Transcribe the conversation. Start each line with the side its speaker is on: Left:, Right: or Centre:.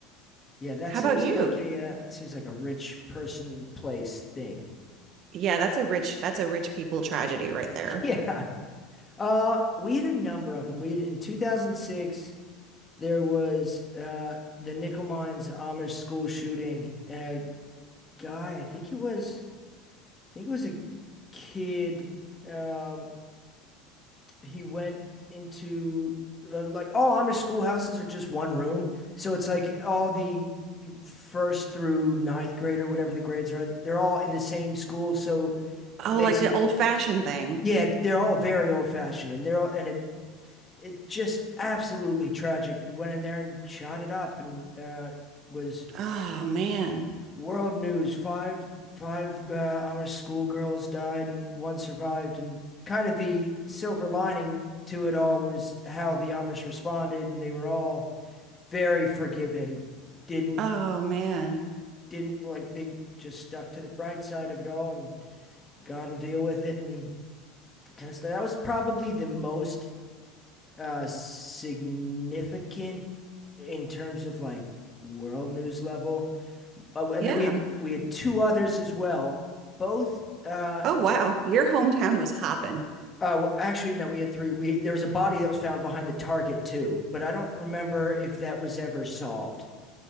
Left: Yeah, that
Right: How
Left: seems
Right: about you?
Left: like a uh, it seems like a rich person place thing.
Right: Yeah, that's a rich that's a rich people tragedy right there.
Left: <laughs> Yeah. Uh, we had a number of them. We had in 2006 There was uh the Nickel Mines Amish school shooting. A guy, I think it was, I think it was a kid. Um, he went into uh, like all Amish schoolhouses are just one room, so it's like all the, the first through ninth grade or whatever the grades are. They're all in the same school, so
Right: Oh,
Left: it makes
Right: like the
Left: it
Right: old-fashioned thing.
Left: yeah. They're all very old fashioned, and they're all and it it just absolutely tragic. We went in there and shot it up, and uh was
Right: Oh man.
Left: World news, five five uh, Amish schoolgirls died and one survived, and kind of the silver lining to it all was how the Amish responded, and they were all very forgiving. Didn't
Right: Oh man.
Left: didn't like they just stuck to the bright side of it all, and God will deal with it, and kind of stuff. That was probably the most uh, significant in terms of like world news level. oh, and
Right: Yeah.
Left: then we had we had two others as well. Both, uh,
Right: Oh wow.
Left: d-
Right: Your hometown was hopping.
Left: uh, well, actually, no, we had three. We there was a body that was found behind the target too, but I don't remember if that was ever solved.